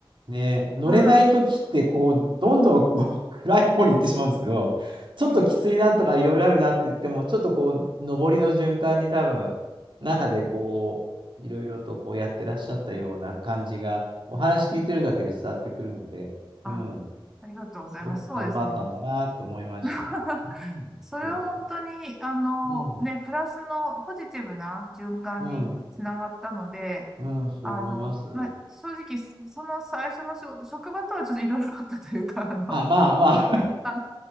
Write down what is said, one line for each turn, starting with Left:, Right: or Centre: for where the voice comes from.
Right: ね、乗れないときって、
Centre: は
Right: こう、どんどんこう <laughs> 暗い方に行ってしまうんですけど、ちょっときついなとかいろいろあるなって言っても、
Centre: い。え、
Right: ちょっとこう、上りの循環に多分、中でこう、いろいろとこうやってらっしゃったような感じが、お話聞いてるだけで伝わってくるので、
Centre: あ、
Right: うん、
Centre: ありがとうございます。
Right: すごく頑張ったんだなって思いました。
Centre: そうですね。<laughs>
Right: うん、
Centre: それは本当に、
Right: そうそう。
Centre: あの、
Right: うん、
Centre: ね、プラスのポジティブな循環につながったので、
Right: うん、うん、そう思います。
Centre: あの、まあ、正直、その最初の仕事職場とはちょっといろいろあったというか、あの、
Right: あ、まあま
Centre: あ